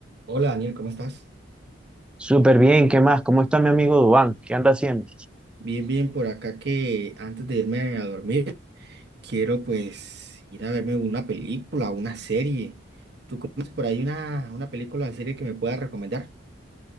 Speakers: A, on the right; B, in the centre.
A: Hola Daniel, ¿cómo estás?
B: Súper bien, ¿qué más? ¿Cómo está mi amigo Dubán? ¿Qué anda haciendo?
A: Bien, bien, por acá que antes de irme a dormir, quiero pues ir a verme una película, una serie. ¿Tú conoces por ahí una, una película o serie que me puedas recomendar?